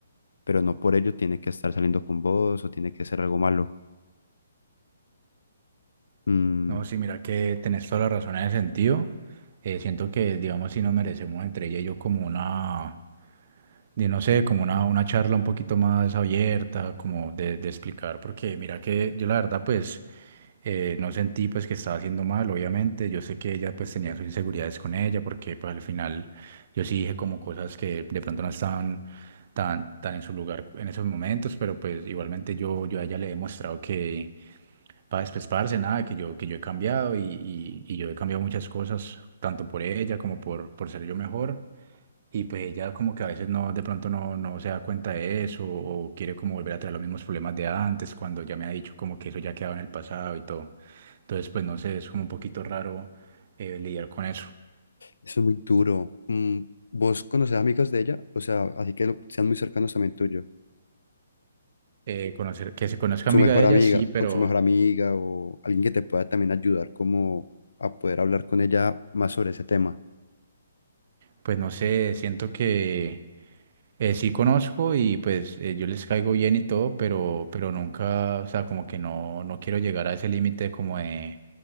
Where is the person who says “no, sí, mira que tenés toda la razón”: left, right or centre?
Right